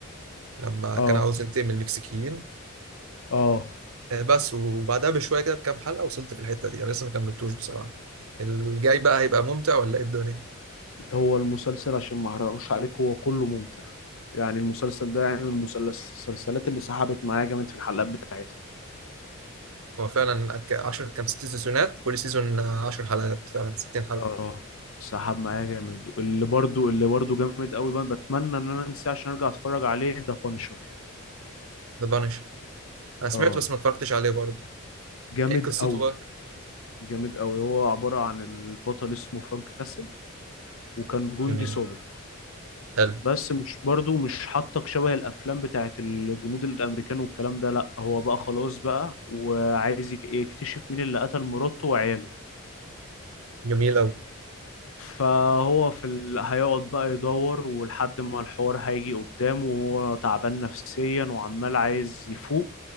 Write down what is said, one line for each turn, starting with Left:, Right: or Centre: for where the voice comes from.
Right: لما
Left: اه
Right: كان عاوز ينتقم من المكسيكيين
Left: اه
Right: آه بس وبعدها بشويه كده بكام حلقه وصلت في الحته دي انا لسه ما كملتوش بصراحه الجاي بقى هيبقى ممتع ولا ايه الدنيا
Left: هو المسلسل عشان ما احرقوش عليك هو كله ممتع يعني المسلسل ده يعني من المسلس- المسلسلات اللي سحبت معايا جامد في الحلقات بتاعتها
Right: هو فعلا ك- 10 كام ست سيزونات كل سيزون 10 حلقات فعلا 60 حلقة
Left: اه سحب معايا جامد اللي برضو اللي برضو جامد قوي بقى بتمنى ان انا انساه عشان ارجع اتفرج عليه ده بانشر
Right: ذا بانش انا سمعته
Left: اه
Right: بس ما اتفرجتش عليه برضه
Left: جامد
Right: ايه قصته
Left: قوي
Right: بقى
Left: جامد قوي هو عبارة عن البطل اسمه فرانك كاسل وكان جندي
Right: جميل
Left: سابق
Right: حلو
Left: بس مش برضو مش حاطك شبه الافلام بتاعت الجنود الامريكان والكلام ده لا هو بقى خلاص بقى وعايز يك- يكتشف مين اللي قتل مراته وعياله
Right: جميل اوي
Left: فهو في ال... هيقعد بقى يدور ولحد ما الحوار هيجي قدامه وهو تعبان نفسيا وعمال عايز يفوق